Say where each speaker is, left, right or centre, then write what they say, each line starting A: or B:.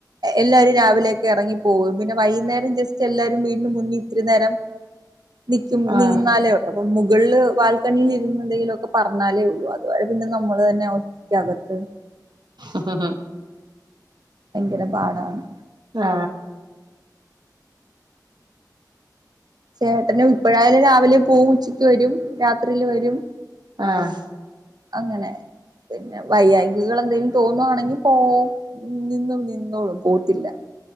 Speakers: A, on the right; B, on the right.
A: എല്ലാവരും രാവിലെയൊക്കെ ഇറങ്ങിപ്പോകും പിന്നെ വൈകുന്നേരം ജസ്റ്റ് എല്ലാരും വീണ്ടും മുന്നിൽ ഒത്തിരി നേരം നിക്കും ഒന്നിരുന്നാലെഉള്ളൂ
B: ആഹ്
A: അപ്പം മുകളിൽ ബാൽക്കണിൽ ഇരുന്ന് എന്തെങ്കിലുമൊക്കെ പറഞ്ഞാലെ ഉള്ളൂ അതുവരെ പിന്നെ നമ്മൾ തന്നെ ഒറ്റയ്ക്കകത്ത് <unintelligible>
B: <unintelligible>
A: ഭയങ്കര പാടാണ്
B: ആഹ്
A: ചേട്ടന് ഇപ്പഴായാലും രാവിലെ പോവും ഉച്ചക്ക് വരും രാത്രിയില് വരും
B: ആഹ്
A: അങ്ങനെ പിന്നെ വൈയ്യായ്കകൾ എന്തെങ്കിലും തോന്നുവാണെങ്കിൽ പോ നിന്നും നിന്നോളും പോത്തില്ല